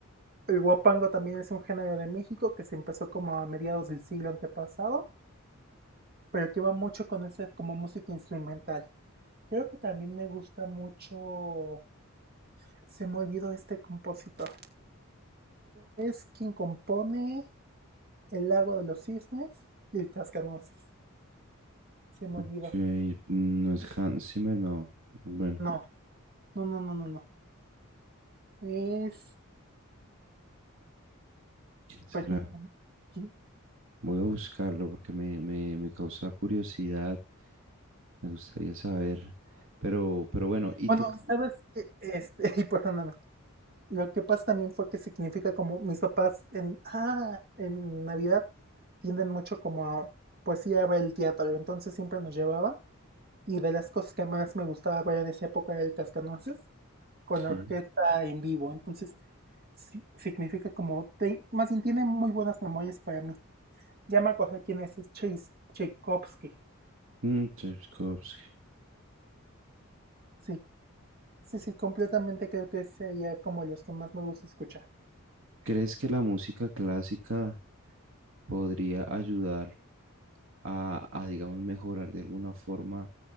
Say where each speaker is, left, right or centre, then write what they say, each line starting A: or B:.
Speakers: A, on the right; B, on the right.
A: el guapango también es un género de México que se empezó como a mediados del siglo antepasado, pero que va mucho con ese como música instrumental. Creo que también me gusta mucho. Se me olvidó este compositor. Es quien compone El lago de los cisnes y el cascanueces. Se me
B: Ok,
A: olvidó.
B: no es Hans Zimmer, no. Bueno,
A: No, no, no, no, no, no. Es
B: ¿quién será?
A: permíteme, sí.
B: Voy a buscarlo porque me, me, me causa curiosidad, me gustaría saber. Pero, pero bueno, ¿y
A: Bueno,
B: tú? qué-
A: ¿sabes que Este, <laughs> y perdóname. Lo que pasa también fue que significa como mis papás en, ah, en Navidad tienden mucho como a, pues ir a ver el teatro, entonces siempre nos llevaban y de las cosas que más me gustaba ver en esa época era el Cascanueces con
B: Sí.
A: la orquesta en vivo, entonces sí, significa como, te- más bien tiene muy buenas memorias para mí. Ya me acordé quién es, es Chais- Tchaikovsky,
B: Mm, Tchaikovsky.
A: sí. Sí, sí, completamente creo que sería como los que más me gusta escuchar.
B: ¿Crees que la música clásica podría ayudar a, a, digamos, mejorar de alguna forma